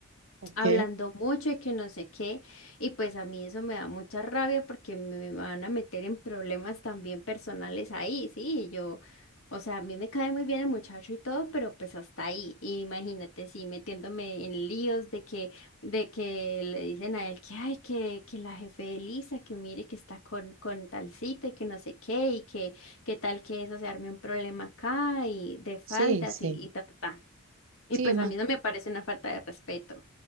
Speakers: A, on the right; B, on the left.
A: Ok,
B: hablando mucho y que no sé qué. Y pues a mí eso me da mucha rabia porque me van a meter en problemas también personales ahí, sí, y yo, o sea, a mí me cae muy bien el muchacho y todo, pero pues hasta ahí. Y imagínate, sí, metiéndome en líos de que, de que le dicen a él que, ay, que, que la jefe de Lisa, que mire que está con, con tal cita y que no sé qué, y que, que tal que eso se arme un problema acá y de faldas
A: sí, sí.
B: y, y ta, ta, ta. Y
A: Sí,
B: pues
A: más
B: a mí no me parece una falta de respeto.